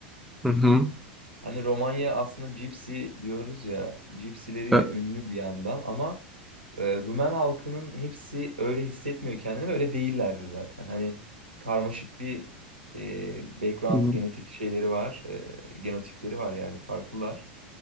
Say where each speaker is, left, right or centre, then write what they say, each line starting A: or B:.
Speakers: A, in the centre; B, on the right (about 80°).
A: Hı hı.
B: Hani Romanya aslında cipsi diyoruz ya, cipsileriyle
A: E,
B: ünlü bir yandan ama Ee, Rumen halkının hepsi öyle hissetmiyor kendini ve öyle değillerdi zaten. Hani karmaşık bir e, background
A: hı hı.
B: genetik şeyleri var, e, genotipleri var yani farklılar.